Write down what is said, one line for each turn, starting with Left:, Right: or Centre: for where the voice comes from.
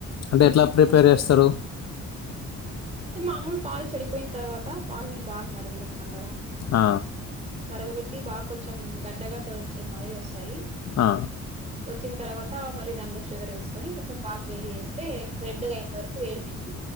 Left: అంటే ఎట్లా ప్రిపేర్ చేస్తరు
Right: మాములు పాలు చెడిపోయిన తర్వాత పాలుని బాగా మరుగు పెడతాం కదా
Left: అ
Right: మరగబెట్టి బా కొంచెం గడ్డగడ్డ వచ్చే మాదిరి వస్తాయి
Left: ఆ,
Right: వచ్చిన తర్వాత్ తా మరి దానిలో షుగర్ వేసుకని కొంచెం బాగ వేడి చేస్తే రెడ్ అయింత వరకు వేడి చేసి